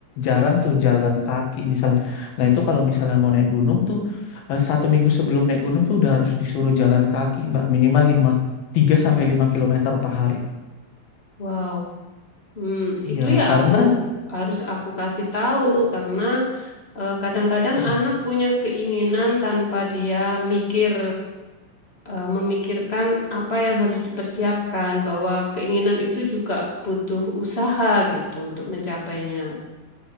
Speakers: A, on the left; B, on the left.
A: jarang tuh jalan kaki misalnya. Nah itu kalau misalnya mau naik gunung tuh eh, satu minggu sebelum naik gunung tuh udah harus disuruh jalan kaki Mbak minimal lima tiga sampai 5 kilometer per hari.
B: Wow. Hmm,
A: Iya,
B: itu ya
A: karena
B: aku harus aku kasih tahu karena eh, kadang-kadang
A: Hmm,
B: anak punya keinginan tanpa dia mikir eh, memikirkan apa yang harus dipersiapkan bahwa keinginan itu juga butuh usaha gitu untuk mencapainya.